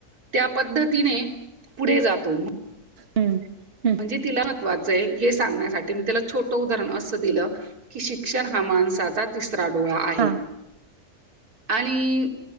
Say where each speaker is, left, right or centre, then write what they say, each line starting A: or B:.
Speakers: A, on the right; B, on the right.
A: त्या पद्धतीने, पुढे जातो
B: हम्म हम्म
A: म्हणजे तिला, वाचाय येईल, हे सांगण्यासाठी मी तिला छोटं उदाहरण, असं दिलं की शिक्षण हा माणसाचा, तिसरा डोळा आहे
B: हा
A: आणि